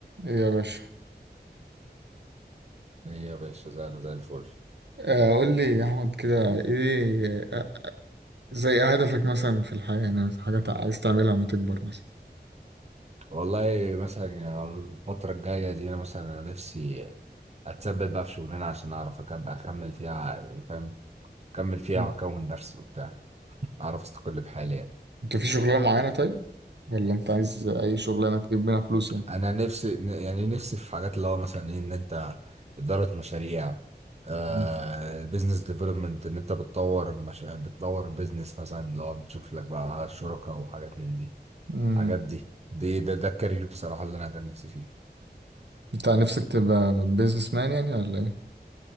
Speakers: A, on the right; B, on the right.
A: ايه يا باشا
B: ايه يا باشا زي انا زي الفل
A: آه، قول لي يا احمد كده ايه آه، زي هدفك مثلا في الحياة يعني حاجات عايز تعملها لما تكبر مثلا
B: والله مثلا يعني على الفترة الجاية دي انا مثلا انا نفسي اتثبت بقى في شغلانة عشان اعرف أكب- اكمل فيها يعني فاهم اكمل فيها
A: مم.
B: واكون نفسي وبتاع اعرف استقل بحالي يعني
A: انت في شغلانة معينة طيب ولا انت عايز اي شغلانة تجيب منها فلوس يعني
B: انا نفسي يعني نفسي في حاجات اللي هو مثلا إيه ان انت ادارة مشاريع آه
A: مم.
B: بزنس ديفلوبمنت ان انت بتطور مش... بتطور بزنس مثلا اللي هو بتشوف لك بقى شركاء وحاجات من دي
A: امم
B: حاجات دي دي ده, ده الكارير بصراحة اللي انا كان نفسي فيه
A: انت نفسك تبقى بيزنس مان يعني ولا ايه